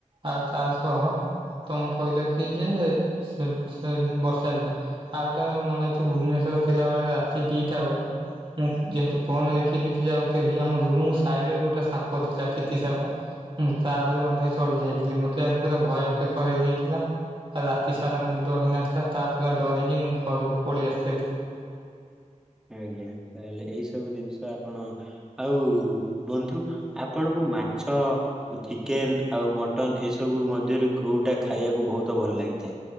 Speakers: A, on the right (about 40°); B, in the centre.
A: ଆଉ ତା ସହ ତମେ କହିଲ କି ଯେ ସେ ସେ ବର୍ଷା ଦିନ ଆଉ ଟା ମୋର ମନେ ଅଛି ଭୁବନେଶ ଥିଲାବେଳେ ରାତି ଦିଟା ବେଳେ ମୁଁ ଯେହେତୁ ଫୋନ ଦେଖି ଦେଖି ଯାଉ <inaudible> ଆମ ରୁମ ସାଇଡରେ ଗୋଟେ ସାପ ଥିଲା ଚିଠି ସାପ ମୁଁ ତାଉପରେ ମଧ୍ୟ ଚଢ଼ି ଯାଇଥିଲି ମତେ ଦେହ ପୁରା ଭୟଭୀତ କରେଇ ଦେଇଥିଲା। ଆଉ ରାତି ସାରା ମୋ ନିଦ ହେଇନଥିଲା ତାପରେ ଡରିକି ମୁଁ ଘରକୁ ପଳେଇ ଆସିଥିଲି।
B: ଆଜ୍ଞା ତାହେଲେ ଏଇ ସବୁ ଜିନିଷ ଆପଣ ଆଉ ବନ୍ଧୁ ଆପଣଙ୍କୁ ମାଛ, ଚିକେନ ଆଉ ମଟନ୍ ଏସବୁ ମଧ୍ୟରୁ କୋଉଟା ଖାଇବାକୁ ବହୁତ ଭଲ ଲାଗେ?